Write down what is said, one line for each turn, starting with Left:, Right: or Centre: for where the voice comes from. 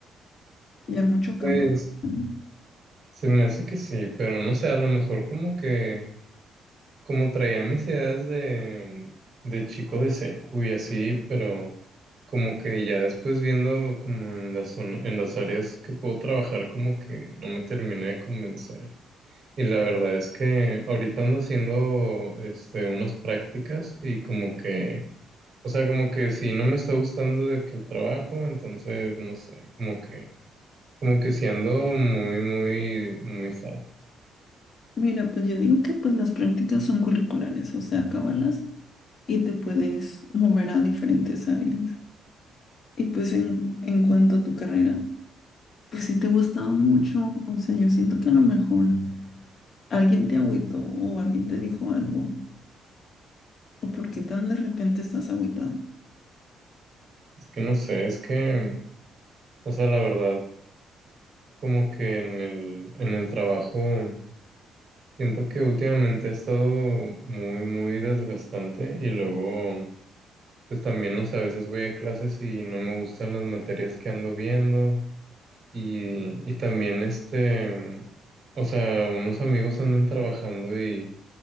Left: Ya mucho campo.
Right: pues
Left: laboral.
Right: se me hace que sí, pero no sé, a lo mejor como que... Como traía mis ideas de, de chico de secu y así, pero como que ya después viendo como en las, zon- en las áreas que puedo trabajar, como que no me terminé de convencer. Y la verdad es que ahorita ando haciendo este, unas prácticas y como que, o sea, como que si no me está gustando de que el trabajo, entonces no sé, como que, como que si ando muy, muy, muy sad.
Left: Mira, pues yo digo que pues las prácticas son curriculares, o sea, acábalas y te puedes mover a diferentes áreas. Y pues en, en cuanto a tu carrera, pues sí te gustaba mucho, o sea, yo siento que a lo mejor alguien te agüitó o alguien te dijo algo ¿O por qué tan de repente estás agüitado?
Right: Es que no sé, es que... O sea, la verdad, Como que en el, en el trabajo siento que últimamente ha estado muy, muy desgastante y luego, pues también, no sé, a veces voy a clases y no me gustan las materias que ando viendo y, y también este, o sea, unos amigos andan trabajando y,